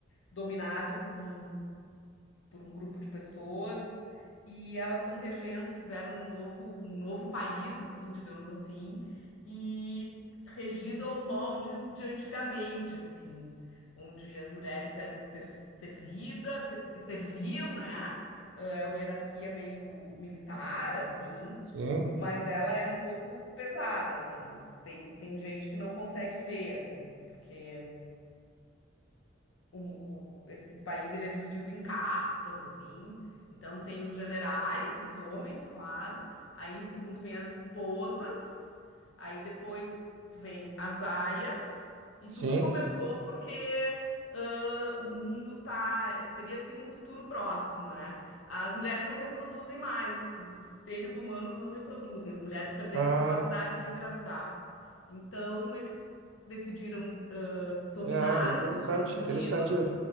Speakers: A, on the left; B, on the right.
A: dominado por um por um grupo de pessoas e elas estão regendo, fizeram um novo, um novo país, assim, digamos assim, e regido aos moldes de antigamente, assim, onde as mulheres eram ser- servidas, se- se- serviam, né? É uma hierarquia meio militar, assim,
B: Sim,
A: mas ela é um pouco pesada, assim. Tem, tem gente que não consegue ver, assim, porque o, o- esse país ele é dividido em castas, assim. Então tem os generais, os homens, claro. Aí em segundo vem as esposas. Aí depois vem as aias. E
B: sim.
A: tudo começou porque ãh, o mundo tá. Seria assim num futuro próximo, né? As mulheres não reproduzem mais. Os, os seres humanos não reproduzem. As mulheres perderam
B: Ah,
A: a capacidade de engravidar. Então eles decidiram, ãh, dominaram
B: é, ah, bem interessante,
A: os Estados Unidos.
B: interessante.